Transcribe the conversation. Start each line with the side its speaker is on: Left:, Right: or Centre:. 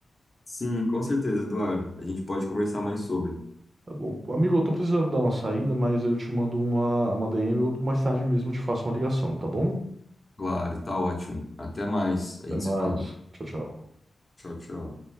Left: Sim, com certeza, Eduardo. A gente pode conversar mais sobre.
Right: Tá bom. Amigo, eu tô precisando dar uma saída, mas eu te mando uma, uma DM ou mais tarde mesmo eu te faço uma ligação, tá bom?
Left: Claro, tá ótimo. Até mais. A gente
Right: Até mais.
Left: se fala.
Right: Tchau, tchau.
Left: Tchau, tchau.